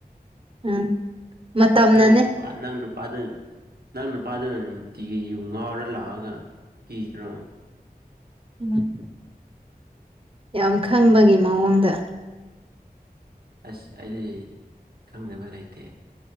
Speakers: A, on the right; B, on the right.
A: ꯎꯝ ꯃꯇꯝꯅꯅꯦ
B: ꯅꯪ ꯅꯨꯄꯥ ꯅꯪ ꯅꯨꯄꯥ ꯗꯨꯅ ꯅꯪ ꯅꯨꯄꯥꯗꯨꯅ ꯅꯨꯡꯇꯤꯒꯤ ꯌꯨ ꯉꯥꯎꯔ ꯂꯥꯛꯑꯒ ꯀꯤꯗ꯭ꯔꯣ
A: <unintelligible> ꯌꯥꯝ ꯈꯪꯕꯒꯤ ꯃꯑꯣꯡꯗ
B: ꯑꯁ ꯑꯩꯗꯤ ꯈꯪꯗꯕ ꯂꯩꯇꯦ